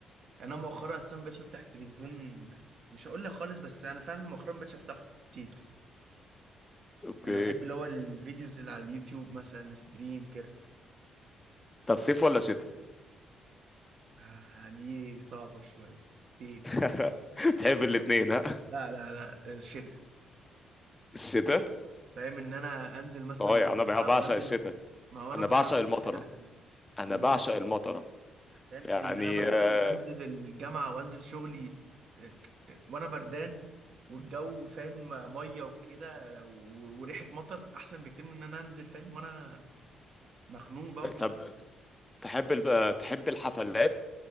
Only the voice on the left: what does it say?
اوكي
طب صيف ولا شتاء
<laughs> تحب الاتنين
ها
الشتاء
صحيح
انا بع- بعشق
الشتاء
انا
بعشق
المطرة
انا
بعشق المطرة
يعني
آه،
طب
تحب ال- تحب الحفلات